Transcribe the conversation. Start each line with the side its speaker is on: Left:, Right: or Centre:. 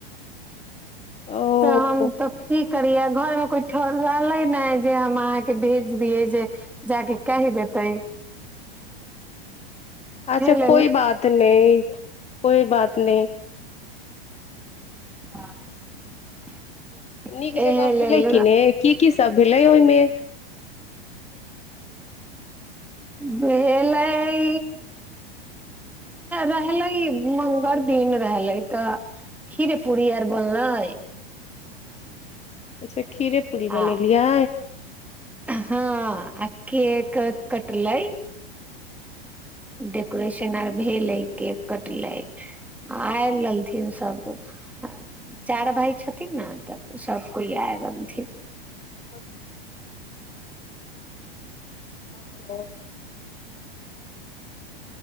Left: ओ
Centre: तऽ हम तऽ की करियै घरमे कोइ ठल रहलै ने जे हम अहाँके भेज दियै जे जाके कहि देते
Left: <inaudible> अच्छा
Centre: लेल
Left: कोइ बात नहि कोइ बात नहि
Centre: <unintelligible>
Left: नीक
Centre: एहे
Left: जगह
Centre: लेल
Left: भेलै कि नहि की कीसभ भेलै ओहिमे
Centre: भेलै रहलै मङ्गल दिन रहलै तऽ खीर पूरी आर बनलै
Left: अच्छा खीरे पूरी बनेलियै
Centre: आ हँ आ केक कटलै डेकोरेशन आर भेलै केक कटलै आ आयलथिन सभ चारि भाय छथिन ने तऽ सभ कोइ आयल रहलथिन
Left: <unintelligible> हेलो